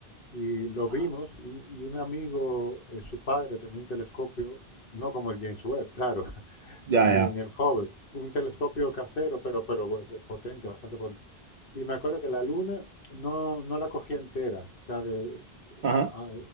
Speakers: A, on the left; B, on the right.
A: Y lo
B: Ajá.
A: vimos y un y un amigo, eh, su padre tenía un telescopio, no como el James Webb, claro, <laughs>
B: Ya,
A: ni,
B: ya.
A: ni el Hubble, un telescopio casero, pero, pero potente, bastante potente. Y me acuerdo que la luna no, no la cogía entera, o sea, de-
B: Ajá.
A: a-